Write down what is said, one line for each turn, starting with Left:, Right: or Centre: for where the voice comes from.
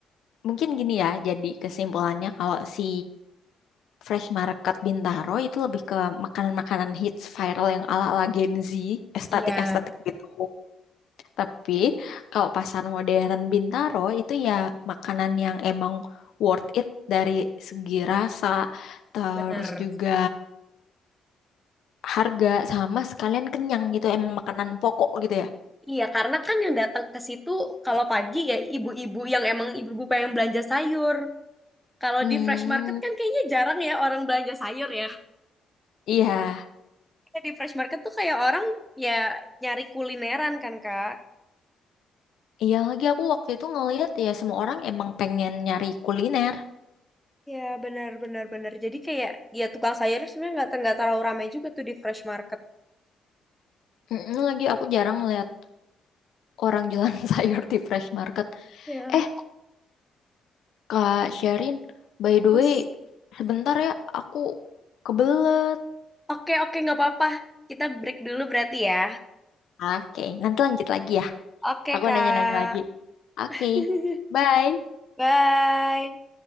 Left: mungkin gini ya. Jadi kesimpulannya kalau si Fresh Market Bintaro itu lebih ke makanan-makanan hits viral yang ala-ala Gen Z, estetik-estetik
Centre: Iya
Left: gitu. Tapi kalau pasar modern Bintaro itu ya makanan yang emang worth it dari segi rasa, terus
Centre: bener.
Left: juga harga sama sekalian kenyang gitu emang makanan pokok gitu ya
Centre: Iya, karena kan yang datang ke situ kalau pagi ya ibu-ibu yang emang ibu-ibu pengen belanja sayur. Kalau
Left: hmm
Centre: di fresh market kan kayaknya jarang ya orang belanja sayur ya.
Left: iya
Centre: Kayak Di fresh market tuh kayak orang ya nyari kulineran kan, Kak.
Left: iya lagi aku waktu itu ngelihat ya semua orang emang pengen nyari kuliner
Centre: Ya, benar benar benar. Jadi kayak ya tukang sayurnya sebenarnya nggak nggak terlalu ramai juga tuh di fresh market.
Left: Mm-mm, lagi aku jarang ngeliat orang jualan <laughs> sayur di fresh market
Centre: Ya,
Left: eh Kak Sherin by the
Centre: terus
Left: way sebentar ya aku kebelet
Centre: oke oke nggak apa-apa. Kita break dulu berarti ya.
Left: oke nanti lanjut lagi ya
Centre: Oke,
Left: aku
Centre: Kak.
Left: nanya-nanya lagi oke
Centre: <laughs>
Left: bye
Centre: Bye.